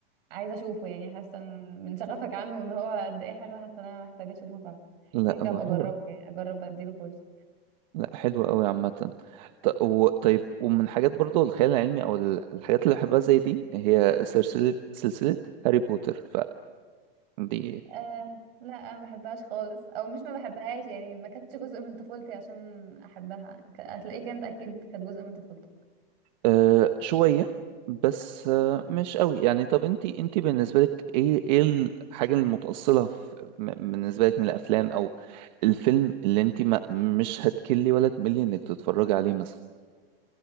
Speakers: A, on the right; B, on the right.
A: عايزه اشوفه يعني حاسه إن- من شغفك عنه ان هو قد ايه حلو حاسه ان انا محتاجه اشوفه فعلا
B: لا
A: ممكن
B: هو
A: ابقى
B: حلو
A: اجربه يعني اجرب اديله فرصه
B: لا حلو قوي عامة ط- و- طيب ومن حاجات برضو الخيال العلمي أو ال- الحاجات اللي بحبها زي دي هي سلسلة سلسلة هاري بوتر فدي
A: آه لا انا ما بحبهاش خالص او مش ما بحبهاش يعني ما كانتش جزء من طفولتي عشان احبها ك- هتلاقيك انت اكيد كانت جزء من طفولتك
B: آه شوية بس آه مش قوي يعني طب انت انت بالنسبة لك ايه ايه الحاجة المتأصلة في م- بالنسبة لك من الافلام او الفيلم اللي انت ما مش هتكلي ولا تملي انك تتفرجي عليه مثلا